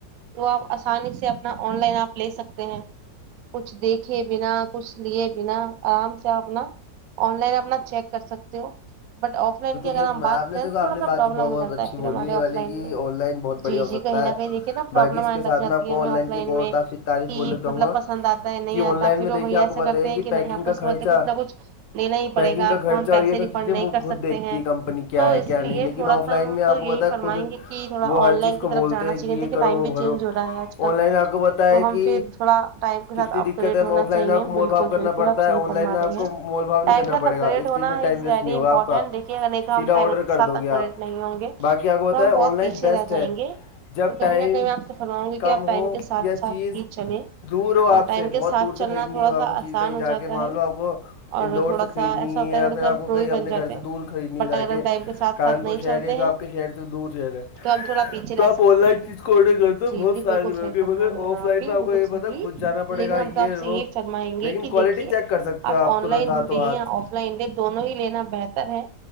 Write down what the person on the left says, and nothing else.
صحیح فرمایا
آپ نے
دیکھو
آپ
نے
بات
بہت بہت
اچھی
بولی
یہ
والی
کہ
آن لائن بہت بڑھیا
ہو
سکتا
ہے
باقی اس
کے ساتھ
میں آپ کو
آن
کی ایک اور
تعریف
بولنا چاہوں
گا
کہ
آن لائن
میں
دیکھیے
آپ
کو بتائیے
پیکنگ
کا
خرچہ
پیکنگ
کا
خرچہ
اور یہ سب
چیزیں
وہ
خود
دیکھتی
ہے کمپنی کیا
ہے
کیا
نہیں لیکن
آف
لائن
میں آپ
کو پتہ ہے
خود
وہ ہر
چیز
کو
بولتے
ہیں کہ یہ
کرو
وہ
بھرو
آن لائن آپ کو پتہ
ہے
کہ
کتنی
دقت
ہے
آف
لائن میں آپ کو مول
بھاؤ کرنا
پڑتا
ہے آن
لائن میں
آپ کو
مول بھاؤ نہیں
کرنا
پڑے
گا اس
چیز میں
ٹائم ویسٹ
نہیں ہوگا
آپ کا
سیدھا
آڈر
کر
دو
گے آپ
باقی
آپ کو پتہ ہے
آن لائن
بیسٹ
ہے
جب
ٹائم
کم
ہو
یا
چیز
دور ہو آپ
سے بہت
دور سے
خریدنی
ہو آپ
کو چیز
کہیں
جا
کے مان
لو آپ کو
اندور
سے خریدنی
یا
پھر
آپ
کو
کہیں
اپنے
گھر
سے
دور خریدنی
ہے جا
کانپور
شہر
یا جو
آپ کے شہر سے دور شہر ہے
تو
آپ
آن لائن
چیز کو آڈر کر دو
بہت
فائدے
میں
ہوگی
مگر
آف
لائن
میں
کو یہ پتا
ہے، خود جانا پڑے
گا
وہ
لیکن
کوالٹی
چیک کر سکتے
ہو
ترنت
ہاتھوں
ہاتھ